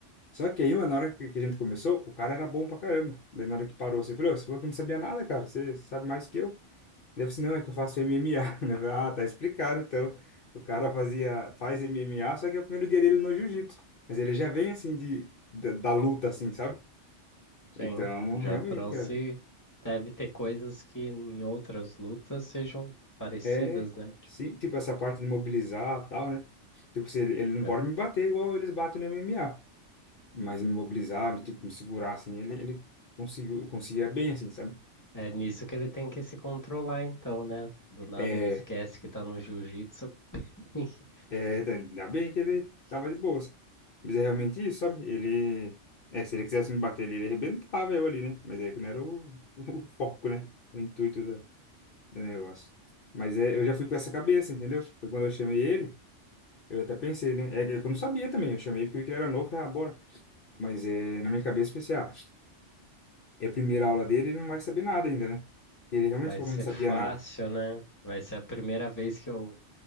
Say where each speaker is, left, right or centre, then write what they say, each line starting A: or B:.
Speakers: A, on the left; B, on the left.
A: Só que aí, mano, na hora que que a gente começou, o cara era bom pra caramba. Daí na hora que parou, você falou, "Ô, você falou que não sabia nada, cara, você sabe mais que eu. Deve ser, não, é que eu faço MMA. <laughs> Daí eu falei, Ah, tá explicado, então. O cara fazia, faz MMA, só que é o primeiro dia dele no jiu-jitsu. Mas ele já vem, assim, de, da, da luta, assim, sabe?
B: Sim,
A: Então,
B: já
A: realmente,
B: trouxe.
A: cara.
B: Deve ter coisas que em outras lutas sejam parecidas,
A: É,
B: né? Tipo,
A: sim, tipo, essa parte de mobilizar e tal, né? Tipo, se ele, ele não
B: É
A: pode me bater igual eles batem no MMA, mas me mobilizar, me, tipo, me segurar, assim, ele, ele conseguiu, conseguia bem, assim, sabe?
B: é nisso que ele tem que se controlar, então, né? Do nada
A: É,
B: ele esquece que tá no jiu-jitsu. <laughs>
A: é, tá, ainda bem que ele tava de boas. Mas é realmente isso, sabe? Ele, é, se ele quisesse me bater, ele, ele arrebentava eu ali, né? Mas é que não era o, <laughs> o foco, né? O intuito da, do negócio. Mas é, eu já fui com essa cabeça, entendeu? Foi quando eu chamei ele, eu até pensei, né? É que eu não sabia também, eu chamei porque eu vi que ele era novo, falei, ah, bora. Mas é, na minha cabeça eu pensei, ah, é a primeira aula dele, ele não vai saber nada ainda, né? Ele realmente
B: Vai
A: falou
B: ser
A: que não sabia
B: fácil,
A: nada.
B: né? Vai ser a primeira vez que eu,